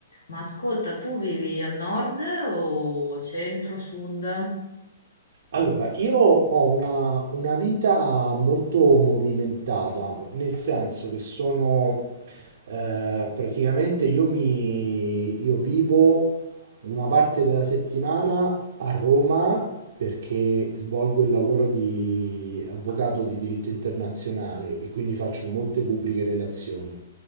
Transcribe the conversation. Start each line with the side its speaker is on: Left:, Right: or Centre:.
Left: Ma ascolta, tu vivi al nord o centro, sud?
Right: Allora, io ho una, una vita molto movimentata, nel senso che sono eh, praticamente io, mi, io vivo una parte della settimana a Roma perché svolgo il lavoro di avvocato di diritto internazionale e quindi faccio molte pubbliche relazioni.